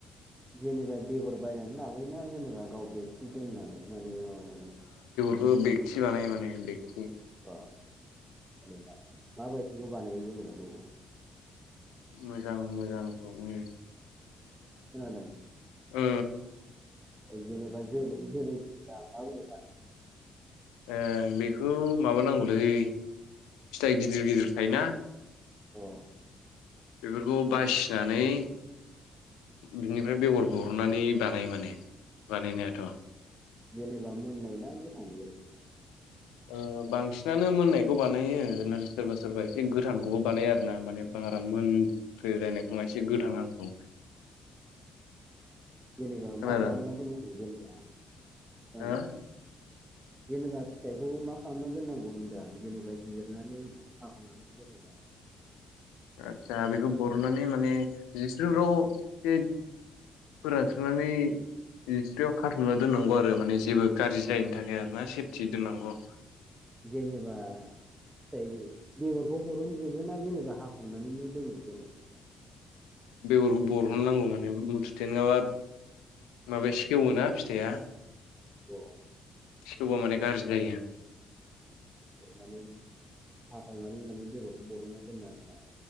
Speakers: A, on the right; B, on the left.
A: जेनेबा बेगर बायनानै लाबोयोना जेनेबा गाव बेरसि दोननानै माने माबानानै <unintelligible>
B: बे बेगति बानायो माने बेगति
A: आं जेनेबा माबायदिखौ बानायो जोङो बे
B: मोजां मोजांखौ उम
A: खोनादों
B: ओ
A: जेनेबा <unintelligible>
B: ए बेखौ माबा नांगौलै फिथाइ गिदिर गिदिर थायोना
A: अ
B: बेफोरखौ बासिनानै बिनिफ्राय बेगर बरनानै बानायो माने बानायनायाथ'
A: जेनेबा मोननाय ना गोथां बेयो
B: ओ बांसिनानो मोननायखौ बानायो सोरबा सोरबा एसे गोथांखौबो बानायो आरो ना माने बारा मोनफ्लेनायखौ नङा एसे गोथां हांखौ
A: जेनेबा
B: खोनादों
A: मा खालामना दोननांगौ जेनेबा खोनादों
B: हो
A: जेनेबा फिथाइखौ मा खालामना दोननांगौ होनदों जेनेबा जिरनानै हाखाव माने जेनेबा
B: आतसा बेखौ बरनानै माने जिस्रिफ्राव एसे फोरानस्रा'नानै जिसिरियाव खाथुमना दोननांगौ आरो माने जेबो गाज्रि जायैनि थाखाय आरो ना सेफथि दोननांगौ।
A: जेनेबा जायो बेगरखौ बर'न जोबो ना जेनेबा हाखावनैनो दोनो जेनेबा
B: बेगरखौ बरननांगौ माने मुथुथे नङाबा माबाया सेवो ना फिथाइआ
A: अ
B: सेवबा माने गाज्रि जायो
A: माने हाखावनानै माने बेगरखौ बरनना दोनो आरोना